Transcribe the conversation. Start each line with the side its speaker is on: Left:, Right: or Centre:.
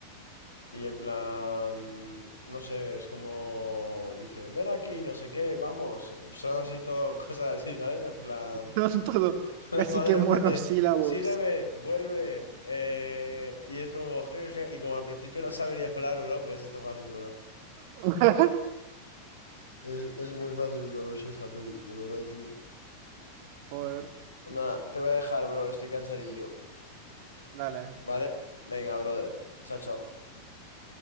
Left: y en plan, no sé, es como dice, ven aquí, no sé qué, vamos. eh, Son así todo, <laughs> cosas así, ¿sabes? En plan,
Right: No Todo,
Left: <laughs> la
Right: casi
Left: madre
Right: que monosílabos.
Left: en plan de, sígueme, vuelve. eh, y es como, jejeje, y como al principio no sabe ni hablar, bro, pues esto es fácil, bro.
Right: <laughs>
Left: Es, es muy fácil, bro, verse esa peli, pero nada, tío.
Right: Joder.
Left: Nada, te voy a dejar, bro, estoy cansadillo.
Right: Dale,
Left: Vale, venga, brother. Chao, chao.